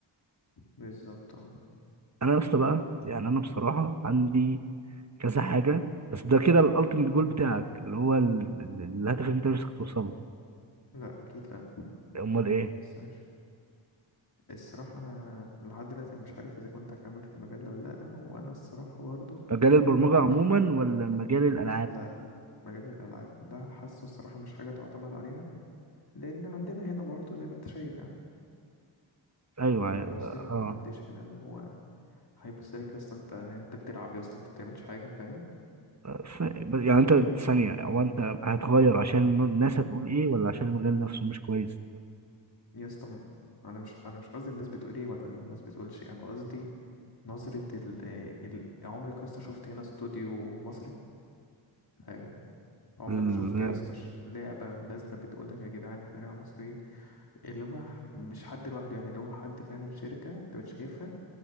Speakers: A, on the left (about 50°); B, on the right (about 35°).
A: بالظبط اه
B: انا يا اسطى بقى يعني انا بصراحه عندي كذا حاجه بس ده كده الالتيميت جول بتاعك اللي هو ال- ال- الهدف اللي انت نفسك توصله
A: لأ أكيد لأ
B: امال ايه
A: بس ماشي الصراحة أنا لحد دلوقتي أنا مش عارف إذا كنت هكمل في المجال ده ولا لأ وأنا الصراحة برضو
B: مجال البرمجه
A: منف-
B: عموما ولا مجال الالعاب
A: لأ مجال الألعاب ده حاسه الصراحة مش حاجة تعتمد عليها لأن عندنا هنا برضو زي ما أنت شايف يعني
B: ايوه
A: فاهم قصدي؟
B: اه
A: محدش هنا اللي هو هيبصلك أصلا أنت أنت بتلعب يا أصلا أنت بتعملش حاجة فاهم؟
B: ف... يعني انت ثانيه هو انت هتغير عشان الناس هتقول ايه ولا عشان المجال نفسه مش كويس
A: يا اسطى م- انا مش انا مش قصدي الناس بتقول ايه ولا الناس بتقولش إيه، انا قصدي نظرة ال ال عمرك يا اسطى شفت هنا استوديو مصري حاجة يعني عمرك
B: لا
A: شفت يا اسطى ش- لعبة نازلة بتقول لك يا جدعان احنا لعبة مصريين اللي هو ح- مش حد لوحده يعني اللي هو حد فعلا شركة انت بتشايفها